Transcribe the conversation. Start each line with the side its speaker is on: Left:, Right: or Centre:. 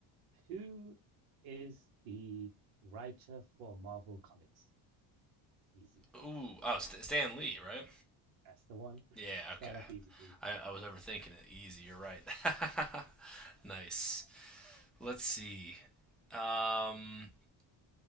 Right: who is the writer for Marvel Comics? Easy.
Centre: Ooh, oh, St- Stan Lee, right?
Right: That's the one.
Centre: Yeah,
Right: <laughs> Start
Centre: okay.
Right: off easy, please.
Centre: I, I was overthinking it. Easy, you're right. <laughs> nice. Let's see. Um,